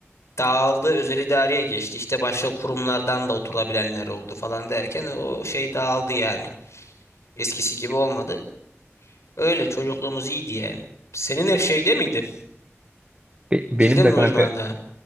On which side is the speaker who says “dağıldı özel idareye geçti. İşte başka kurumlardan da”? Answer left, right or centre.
Left